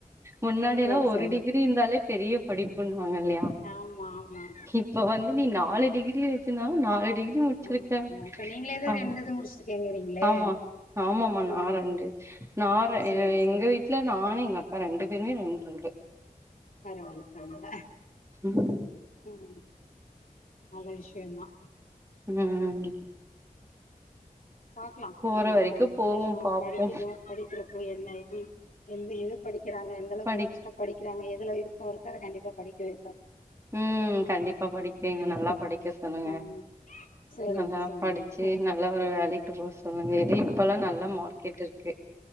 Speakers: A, on the right; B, on the left.
A: முன்னாடில்லா
B: சரி
A: ஒரு
B: சரி
A: டிகி ரி இருந்தாலே பெரிய படிப்புன்னுவாங்க இல்லையா
B: ஆமா ஆமா
A: இப்ப வந்து நீ நாலு டிகிரி வச்சிருந்தாலு நால் டிகிரி முடிச்சிருக்க
B: ம் ஆமா இப்ப நீங்களே தா
A: ஆ
B: ரெண்டு இது முடிச்சிருக்கேங்கிறீங்களே
A: ஆமா ஆமாமமா
B: ஆ
A: நா ரெண்டு நா ரெ
B: சரி
A: எ எங்க
B: சரி
A: வீட் டுல நானு எங்க அக்கா ரெண்டு பேருமே ரெண் ரெண்டு
B: பரவால்ல பரவால்ல
A: ம்
B: ம் நல்ல விஷ்யந்தா
A: ம் ம்
B: பாக்லா பிள்ளைங்க
A: போற வரைக்கு போவோ
B: பிள்ளைங்க
A: பாப்போ
B: படிக்கிட்டு படிக்கிற ப்போ என்ன இது எந்த எதுக் படிக்கிறாங்க எந்தளவுக்கு
A: படி
B: இன்ட்ரெஸ்ட்டா படிக்கிறாங்க எதுல விருப்போ இருக்கோ அத கண்டிப்பா படிக்க வைப்பே
A: ம் கண்டிப்பா படிக்க வைங்க
B: ம்
A: நல்லா படிக்க சொல்லுங்க
B: ஆமா சரிங்க
A: நல்லா
B: சரிங்க
A: படிச்சு நல்லா ஒரு வேலைக்கு போ சொல்லுங்க <inaudible> இப்பெல்லா நல்லா மார்க்கெட்டுருக்கு